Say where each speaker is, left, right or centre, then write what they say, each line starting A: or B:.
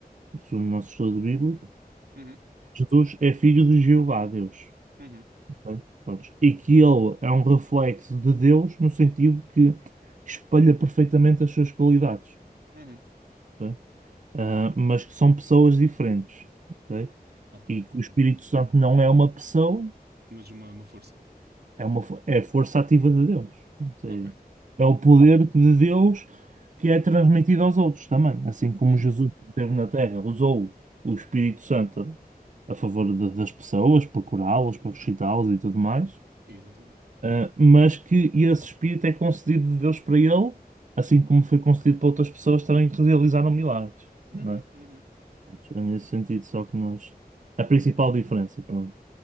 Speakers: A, on the right; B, on the right.
A: segundo o nosso estudo de Bíblia,
B: Uhum.
A: Jesus é filho de Jeová, Deus.
B: Uhum,
A: Bem, prontos. E que ele é um reflexo de Deus no sentido que espelha perfeitamente as suas qualidades,
B: uhum.
A: ok? Ah, mas que são pessoas diferentes, ok?
B: Ok,
A: E que o Espírito
B: ok.
A: Santo não é uma pessoa,
B: Mas uma, uma força.
A: é uma fo- é a força ativa de Deus. Pronto,
B: Ok,
A: é,
B: ok.
A: é o poder de Deus que é transmitido aos outros também, assim como
B: Uhum,
A: Jesus que esteve na Terra usou o Espírito Santo a favor de- das pessoas para curá-las, para ressuscitá-las e tudo mais.
B: exatamente.
A: Uh, mas que esse espírito é concedido de Deus para ele, assim como foi concedido para outras pessoas também que realizaram milagres,
B: Uhum,
A: não é?
B: uhum.
A: Pronto, é nesse sentido, só que nós. A principal diferença, pronto.